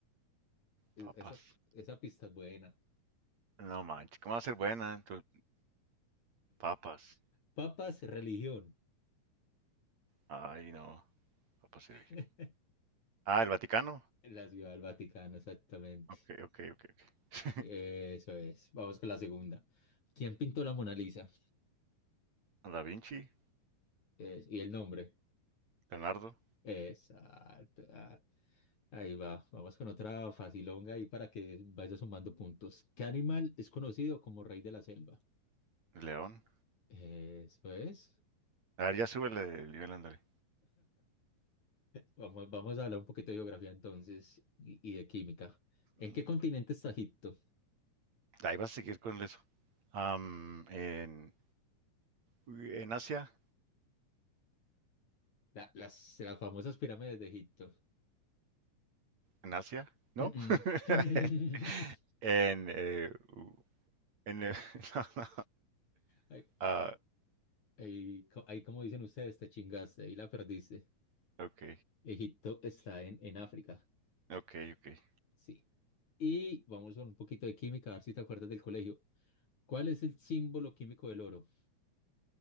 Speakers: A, on the left (about 60°); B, on the right (about 55°).
A: E-
B: papas.
A: Esa, esa pista es buena.
B: No manches, ¿cómo va a ser buena? Tú- Papas.
A: Papas, religión.
B: Ay, no, papas sí dije.
A: <laughs>
B: Ah, el Vaticano.
A: La ciudad del Vaticano, exactamente.
B: Ok, ok, ok, ok.
A: Eso es. Vamos con la segunda. ¿Quién pintó la Mona Lisa?
B: <laughs> Da Vinci,
A: Es- y el nombre.
B: Leonardo,
A: Exacto. Ah, ahí va. Vamos con otra facilonga ahí para que vaya sumando puntos. ¿Qué animal es conocido como rey de la selva?
B: León.
A: Eso es.
B: A ver, ya súbele el nivel, ándale.
A: Vamos, vamos a hablar un poquito de geografía entonces y, y de química. ¿En
B: Mm,
A: qué continente está Egipto?
B: Ahí vas a seguir con eso. Am, en, en Asia,
A: La- las, las famosas pirámides de Egipto.
B: en Asia, ¿no?
A: Mm,
B: <laughs>
A: mm. <laughs>
B: En, eh, u- en, eh, <laughs> no, no.
A: Ahí,
B: Ah,
A: ahí co- ahí como dicen ustedes, te chingaste, ahí la perdiste.
B: ok,
A: Egipto está en, en África,
B: ok, ok.
A: sí. Y vamos con un poquito de química, a ver si te acuerdas del colegio. ¿Cuál es el símbolo químico del oro?